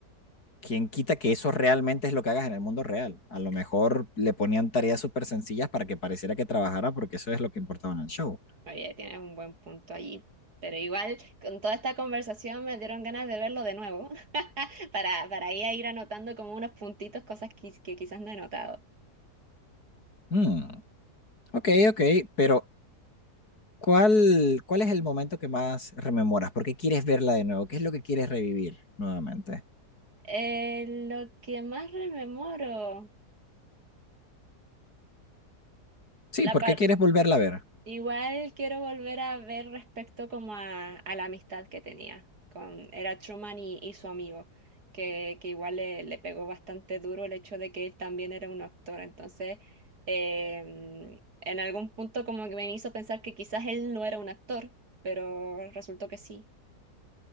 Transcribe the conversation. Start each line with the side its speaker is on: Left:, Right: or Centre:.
Left: ¿quién quita que eso realmente es lo que hagas en el mundo real? A lo mejor le ponían tareas súper sencillas para que pareciera que trabajara porque eso es lo que importaba en el show.
Right: Oye, tienes un buen punto allí. Pero igual, con toda esta conversación me dieron ganas de verlo de nuevo, <laughs> para, para ahí a ir anotando como unos puntitos, cosas que, que quizás no he notado.
Left: Hmm, Ok, ok, pero ¿cuál, cuál es el momento que más rememoras? ¿Por qué quieres verla de nuevo? ¿Qué es lo que quieres revivir nuevamente?
Right: Eh, lo que más rememoro,
Left: Sí,
Right: la,
Left: ¿por
Right: par-
Left: qué quieres volverla a ver?
Right: Igual quiero volver a ver respecto como a, a la amistad que tenía con, era Truman y, y su amigo, que, que igual le, le pegó bastante duro el hecho de que él también era un actor. Entonces, eh, en algún punto como que me hizo pensar que quizás él no era un actor, pero resultó que sí.